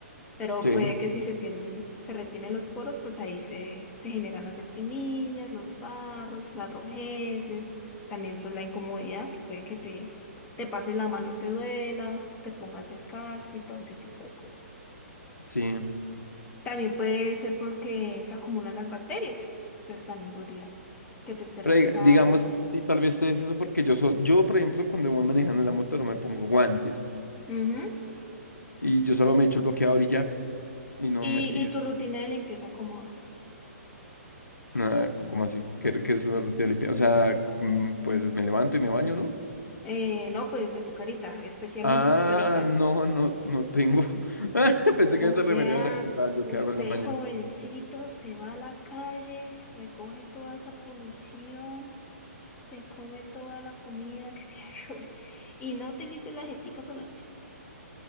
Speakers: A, on the left (about 15°); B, on the left (about 80°).
A: Pero
B: Sí,
A: puede que si se tienen, se retienen los poros, pues ahí se, se generan las espinillas, los barros, las rojeces, también pues la incomodidad, que puede que te, te pases la mano y te duela, te pongas el casco y todo ese tipo de cosas.
B: sí.
A: También puede ser porque se acumulan las bacterias, entonces también podría que te esté rascando.
B: Pero diga- digamos, y tal vez te es eso porque yo, so- yo, por ejemplo, cuando voy manejando la moto no me pongo guantes
A: Ujú.
B: y yo solo me echo el bloqueador y ya. Y no
A: Y,
B: me... Y,
A: y tu rutina de limpieza como,
B: nada, ¿cómo así? ¿Qué, qué es una rutina limpia? O sea, mm, pues me levanto y me baño, ¿no?
A: eh, no, pues de tu carita, especialmente
B: Ah,
A: en tu carita.
B: no, no, no tengo. <laughs> Pensé
A: O
B: que te
A: sea,
B: referías a como tal, yo
A: usted
B: qué hago en las mañanas.
A: jovencito se va a la calle, recoge toda esa polución, se come toda la comida que <laughs> tiene que comer y no te limpia la jetica por la noche.